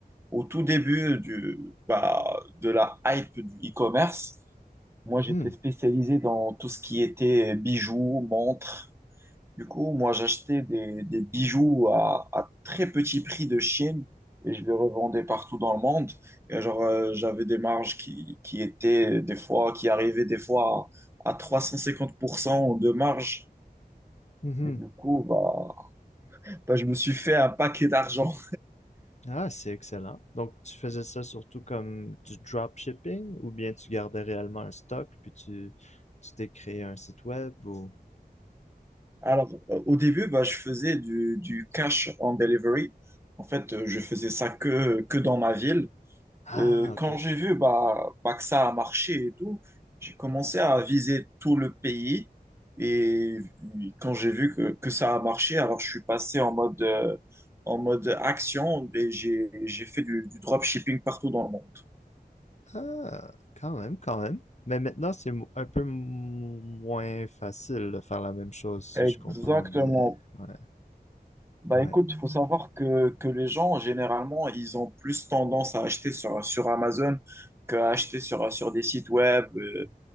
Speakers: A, on the right; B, on the left.
A: au tout début du, bah, de la hype du e-commerce. Moi, j'étais
B: hmm,
A: spécialisé dans tout ce qui était euh, bijoux, montres. Du coup, moi, j'achetais des, des bijoux à, à très petit prix de Chine et je les revendais partout dans le monde. Et genre, euh, j'avais des marges qui, qui étaient des fois, qui arrivaient des fois à, à 350% de marge.
B: mhm.
A: Et du coup, bah, bah, je me suis fait un paquet d'argent.
B: Ah, c'est excellent. Donc, tu faisais ça surtout comme du dropshipping ou bien tu gardais réellement un stock puis tu tu t'es créé un site web ou...
A: Alors, euh, au début, bah, je faisais du, du cash on delivery. En fait, euh, je faisais ça que, que dans ma ville.
B: Ah,
A: Euh,
B: ok.
A: quand j'ai vu bah, bah, que ça a marché et tout, j'ai commencé à viser tout le pays. Et quand j'ai vu que, que ça a marché, alors je suis passé en mode, euh, en mode action et j'ai, j'ai fait du, du dropshipping partout dans le monde.
B: Ah, quand même, quand même. Mais maintenant, c'est mo- un peu mo- moins facile de faire la même chose si
A: Exactement.
B: je comprends bien. Ouais,
A: Bah
B: ouais.
A: écoute, il faut savoir que, que les gens, généralement, ils ont plus tendance à acheter sur, sur Amazon qu'à acheter sur, sur des sites web. Euh,